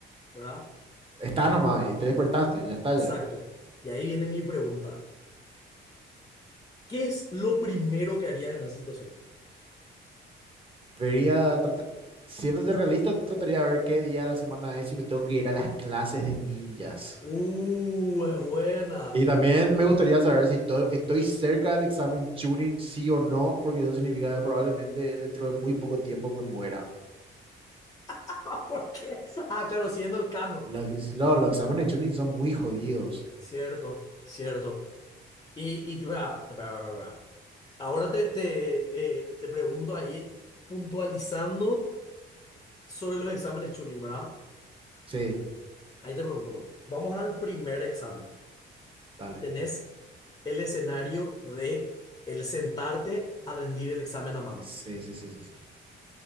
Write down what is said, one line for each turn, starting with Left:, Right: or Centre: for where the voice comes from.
Left: ¿verdad?
Right: Estás nomás y te despertaste. Ya está,
Left: Exacto.
Right: ya.
Left: Y ahí viene mi pregunta. ¿Qué es lo primero que harías en esa situación?
Right: Vería, trat- siéndote realista, trataría de ver qué día de la semana es y me tengo que ir a las clases de ninjas.
Left: Uh, es buena.
Right: Y también me gustaría saber si estoy, estoy cerca del examen Chunin, sí o no, porque eso significa que probablemente dentro de muy poco tiempo me muera.
Left: <laughs> ¿Por qué? Ah, claro, siguiendo el canon.
Right: Y los, no, los exámenes Chunin son muy jodidos.
Left: Cierto, cierto. Y, y te- va, va, va, va. Ahora te, te, eh, te pregunto ahí, puntualizando sobre los exámenes Chunin, ¿verdad?
Right: Sí,
Left: Ahí te pregunto, bueno, vamos al primer examen.
Right: dale.
Left: Tenés el escenario de el sentarte a rendir el examen a mano.
Right: Sí, sí, sí, sí, sí.